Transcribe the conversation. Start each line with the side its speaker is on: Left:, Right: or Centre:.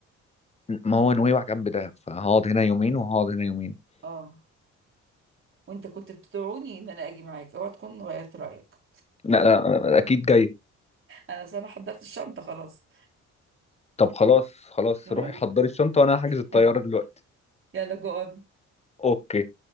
Left: ما هو نويبع جنب دهب فهقعد هنا يومين وهقعد هنا يومين
Right: اه وانت كنت بتدعوني ان انا اجي معاك اوعى تكون غيرت رايك
Left: لا لا اكيد جاي
Right: انا أصل انا حضرت الشنطه خلاص
Left: طب خلاص خلاص
Right: المهم
Left: روحي حضري الشنطه وانا هحجز الطياره
Right: <laughs>
Left: دلوقتي
Right: يلا جو
Left: اوكي